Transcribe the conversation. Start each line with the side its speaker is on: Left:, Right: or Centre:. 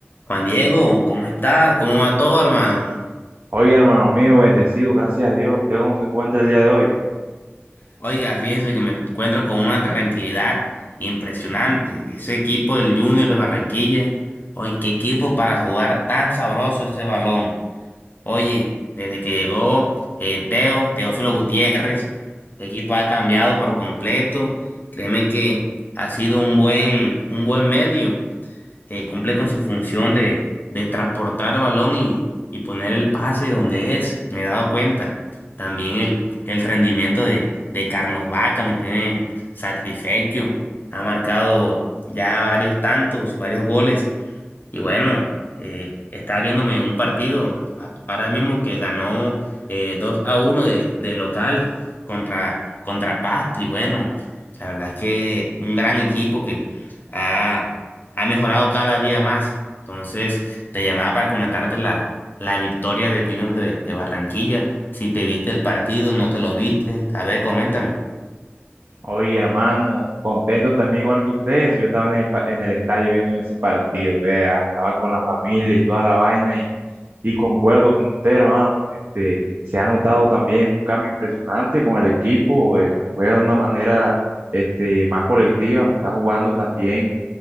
Left: Juan Diego, ¿cómo estás? ¿Cómo va todo, hermano?
Right: Oiga, hermano mío, bendecido, gracias a Dios. ¿Usted cómo se encuentra el día de hoy?
Left: Oiga, fíjese que me encuentro con una tranquilidad impresionante. Ese equipo del Junior de Barranquilla, oye, qué equipo para jugar tan sabroso ese balón. Oye, desde que llegó eh, Teo, Teófilo Gutiérrez, el equipo ha cambiado por completo. Créeme que ha sido un buen, un buen medio. eh, cumple con su función de, de transportar balón y, y poner el pase donde es, me he dado cuenta. También el, el rendimiento de, de Carlos Vaca me tiene satisfecho. Ha marcado ya varios tantos, varios goles y bueno, eh, estaba viéndome un partido a- ahora mismo que ganó eh, 2 a uno de, de local contra, contra Pasto. Y bueno, la verdad es que un gran equipo que ha, ha mejorado cada día más. Entonces, te llamaba para comentarte la, la victoria del Junior de, de Barranquilla. Si te viste el partido, no te lo viste. A ver, coméntame.
Right: Oye, hermano, contento también igual que ustedes. Yo estaba en el, pa- en el estadio viendo ese partido, vea, estaba con la familia y toda la vaina y, y concuerdo con usted, hermano. Este, se ha notado también un cambio impresionante con el equipo, eh, juega de una manera este, más colectiva, me está jugando también,